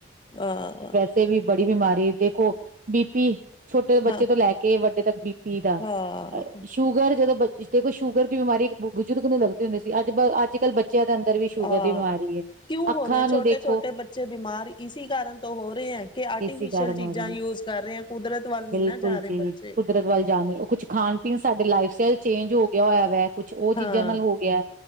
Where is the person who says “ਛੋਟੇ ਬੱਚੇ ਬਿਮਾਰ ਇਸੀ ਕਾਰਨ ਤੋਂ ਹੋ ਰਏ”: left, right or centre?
Left